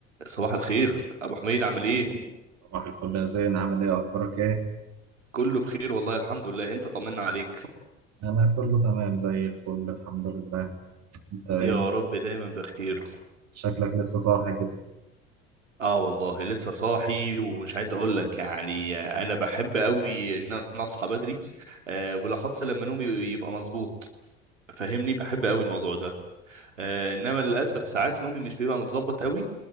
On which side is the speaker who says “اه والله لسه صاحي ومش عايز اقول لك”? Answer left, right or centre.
Right